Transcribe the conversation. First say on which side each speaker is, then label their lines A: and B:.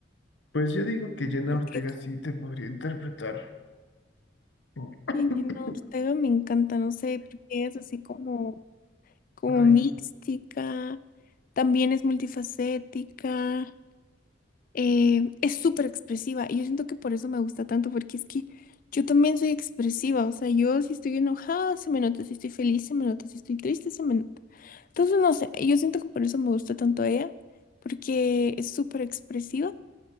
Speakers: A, on the left; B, on the left.
A: Pues yo digo que Jenna
B: Porque
A: Ortega sí te podría interpretar. <laughs>
B: Jenna Ortega me encanta, no sé, porque es así como, como
A: Ay,
B: mística, también es multifacética, eh, es súper expresiva y yo siento que por eso me gusta tanto, porque es que yo también soy expresiva, o sea, yo si estoy enojada se me nota, si estoy feliz se me nota, si estoy triste se me nota. Entonces, no sé, yo siento que por eso me gusta tanto ella, porque es súper expresiva,